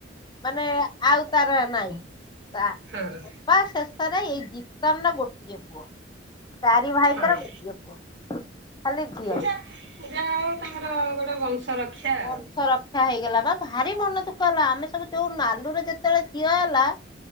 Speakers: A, on the left; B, on the right.
A: ମାନେ ଆଉ ତାର ନାଇଁ ତା
B: ହଁ
A: ସବା ସେ ଶରେ ଏଇ ଜିତନର ଗୋଟିଏ ପୁଅ। ତାରି ଭାଇଙ୍କର
B: ହଁ ହଁ
A: ଗୋଟିଏ ପୁଅ ଖାଲି ଝିଅ।
B: ଯା ଯାହା ହଉ ତାଙ୍କର ଗୋଟେ ବଂଶ ରକ୍ଷା
A: ବଂଶର
B: ଆଉ।
A: ଖା ହେଇଗଲା ପା ଭାରି ମନ ଦୁଃଖ ହେଲା ଆମେ ସବୁ ଯୋଉ ନାଲୁର ଯେତେବେଳେ ଝିଅ ହେଲା